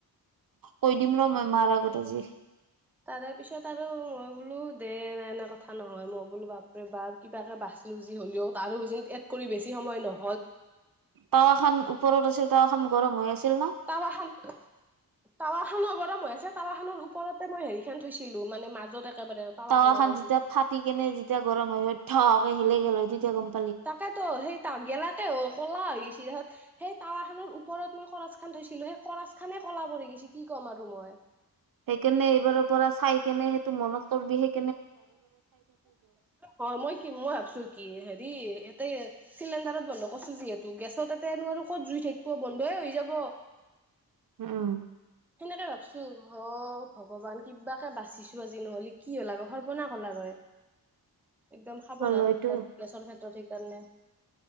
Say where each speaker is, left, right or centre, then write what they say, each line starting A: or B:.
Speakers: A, on the right; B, in the centre.
A: কৈ দিম ৰ মই মাৰ আগত আজি
B: তাৰে পিছত আৰু মই বোলো দে এনে এনে কথা নহয় মই বোলো বাপ কিবাকে বা চিলো যি হ'লেও ত আৰু এড কৰি বেছি সময় ন
A: তাৱা খান ওপৰত আছিল তাৱা খন গৰম হৈ আছিল ন
B: টাৱা খান টাৱা খানৰ পৰা মই আছে টাৱা খানৰ ওপৰতে মই হেৰি খন থৈছিলো মানে মাজত একেবাৰে
A: টাৱা
B: খানৰে
A: খান যেতিয়া ফাটি কেনে যেতিয়া গৰম হৈ থকে হিলে গ ল হয় তেতিয়া গম প
B: তাকেতো সেই গেলাতে ক'লা হৈ গছে তাৰত সেই টাৱা খাননৰ ওপৰত মই খচ খান থৈছিলো সেই কৰাচ খানে কলাব গৈছে কি ক'ম আৰু মই।
A: সেইকাৰণে এইবাৰৰ পৰা চাই কেনে সেইটো মনত পৰিবি শে
B: অ মই কি মই ভাবছো কি হেৰি ইয়াতে চিলিণ্ডাৰত বন্ধ কৰিছো যিহেতু গেছত এাতে ন আৰু ক'ত জুই থাকিব বন্ধ লৈ হৈ যাব
A: উম
B: সেনেকে ভাবছো অ ভগৱান কিবাকে বাচিছো আজি নহ'লে কি হল আ। সবনাহ হলাগৈ একদম সাৱধান
A: হ'ল হয়তো
B: ল গেছৰ ক্ষেত্ৰত সেইকাৰণে